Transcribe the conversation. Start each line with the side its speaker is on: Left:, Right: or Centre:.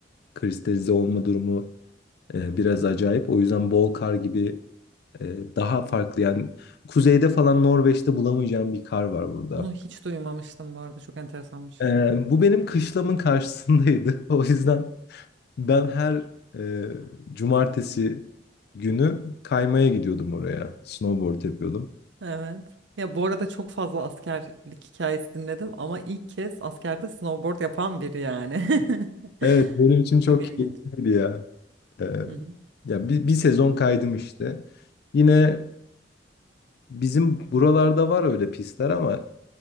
Left: kristalize olma durumu e, biraz acayip. O yüzden bol kar gibi e, daha farklı yani kuzeyde falan Norveç'te bulamayacağım bir kar var burada.
Right: Bunu hiç duymamıştım bu arada çok enteresanmış.
Left: E, bu benim kışlamın karşısındaydı. <laughs> O yüzden ben her e, cumartesi günü kaymaya gidiyordum oraya. Snowboard yapıyordum.
Right: Evet. Ya bu arada çok fazla askerlik hikayesi dinledim ama ilk kez askerde snowboard yapan biri yani. <laughs>
Left: Evet benim için çok
Right: Çok ilginç.
Left: keyifliydi ya. E,
Right: Hı hı.
Left: ya bir, bir sezon kaydım işte. Yine bizim buralarda var öyle pistler ama